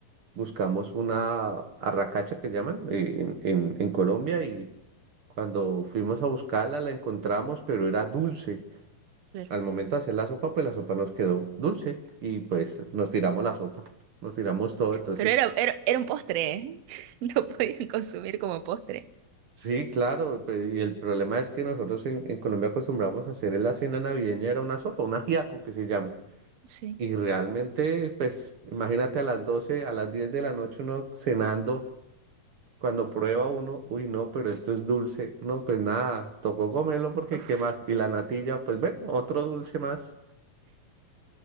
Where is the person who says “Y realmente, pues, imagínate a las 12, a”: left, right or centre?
Right